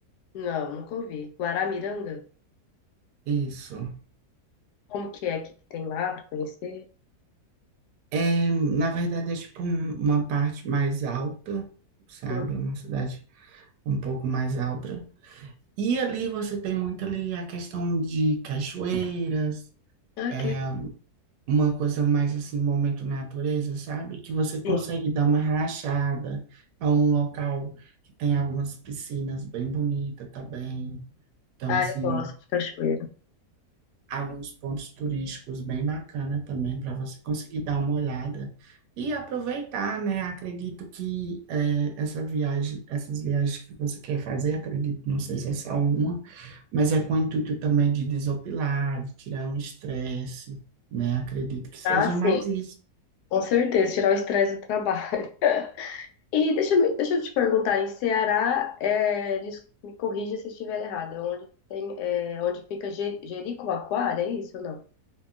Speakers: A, on the left; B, on the right.
A: Não, nunca ouvi. Guaramiranga?
B: Isso.
A: Como que é O que que tem lá para conhecer?
B: É, na verdade, é tipo um- uma parte mais alta, sabe?
A: Hum.
B: É Uma cidade um pouco mais alta. E ali você tem muito ali a questão de cachoeiras,
A: Ah,
B: é
A: que legal.
B: uma coisa mais assim, momento natureza, sabe? Que você consegue
A: Sim.
B: dar uma relaxada. É um local que tem algumas piscinas bem bonitas também. Então,
A: Ah,
B: assim,
A: eu gosto de cachoeira.
B: alguns pontos turísticos bem bacana também para você conseguir dar uma olhada e aproveitar, né? Acredito que eh, essa viagem, essas viagens que você quer fazer, acredito, não sei se é só uma, mas é com o intuito também de desopilar, de tirar o estresse, né? Acredito que seja
A: Ah, sim.
B: mais isso.
A: Com certeza, tirar o estresse do trabalho. <laughs> E deixa, eu me- deixa eu te perguntar, em Ceará, é, des- me corrija se estiver errado, é onde tem, é, onde fica Je- Jericoacoara, é isso ou não?